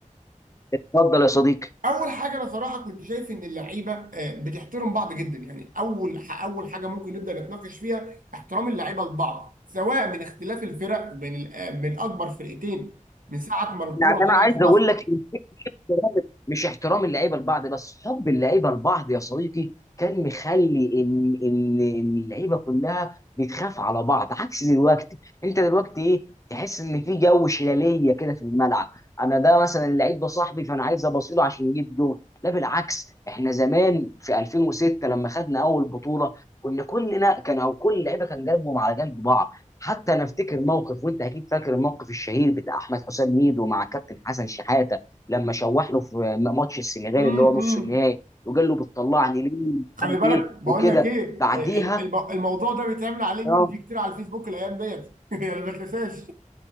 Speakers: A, on the left; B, on the right.
A: اتفضل يا صديقي
B: اول حاجه انا صراحه كنت شايف ان اللعيبه آه، بتحترم بعض جدا يعني اول ح- اول حاجه ممكن نبدا نتناقش فيها احترام اللعيبه لبعض سواء من اختلاف الفرق بين ال- آه، من اكبر فرقتين من ساعه ما الكوره
A: يعني انا
B: طلعت
A: عايز
B: في مصر
A: اقول لك احترام- مش احترام اللعيبه لبعض بس حب اللعيبه لبعض يا صديقي كان مخلي ان ان ان اللعيبه كلها بتخاف على بعض عكس دلوقتي انت دلوقتي ايه تحس ان في جو شلاليه كده في الملعب انا ده مثلا اللعيب ده صاحبي فانا عايز ابصيله عشان يجيب جول لا بالعكس احنا زمان في 2006 لما خدنا اول بطوله كنا كلنا كان او كل لعيبه كان قلبهم على قلب بعض حتى انا افتكر موقف وانت اكيد فاكر الموقف الشهير بتاع احمد حسام ميدو مع كابتن حسن شحاته لما شوح له في ماتش السنغال
B: امم
A: اللي هو نص النهائي وقال له بتطلعني ليه مش
B: خلي
A: عارف
B: بالك
A: ايه
B: بقول
A: وكده
B: لك ايه
A: بعديها
B: آه، ال- الب- الموضوع ده بيتعمل عليه ميمز
A: اه
B: كتير على الفيسبوك الايام ديت <laughs> يعني ما تنساش